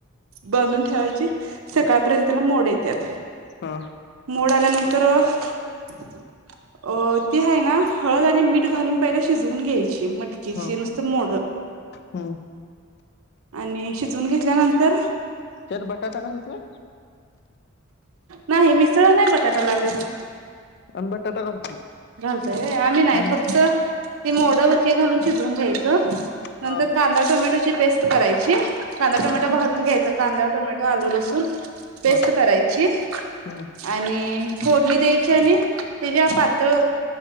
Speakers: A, on the right; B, on the left.
A: बांधून ठेवायचे. सकाळ पर्यंतना मोड येत्यात.
B: ह ह
A: मोड आल्यानंतर अं ती हाय ना हळद आणि मिठ घालून पहिले शिजवून घ्यायची, मटकीची
B: ह
A: नुसती मोड.
B: ह
A: आणि शिजवून घेतल्यानंतर
B: त्यात बटाटा घालत व्हय?
A: नाही मिसळला नाही बटाटा लागत.
B: आम्ही बटाटा घालतोय
A: घलतोय रे आम्ही नाय
B: हम्म
A: फक्त ते मोड वर हे घालून शिजवून घ्यायचं नंतर
B: ह
A: कांदा, टोमॅटोची पेस्ट करायची कांदा-
B: ह
A: टोमॅटो भाजून घ्यायचा. कांदा, टोमॅटो, आल, लसून पेस्ट
B: ह
A: करायची
B: हम्म
A: आणि फोडणी द्यायची आणि त्या ज्या पातळ